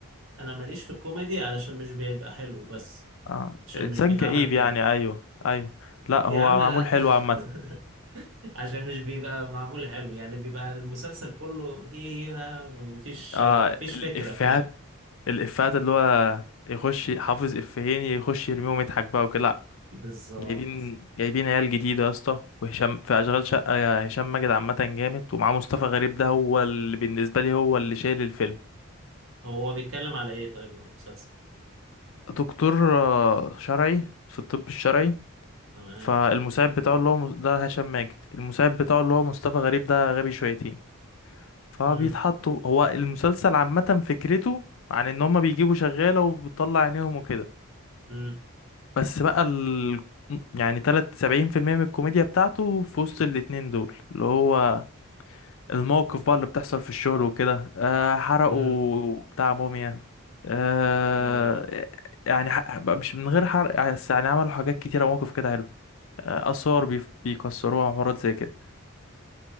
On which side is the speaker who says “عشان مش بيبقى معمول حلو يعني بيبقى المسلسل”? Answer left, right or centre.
Right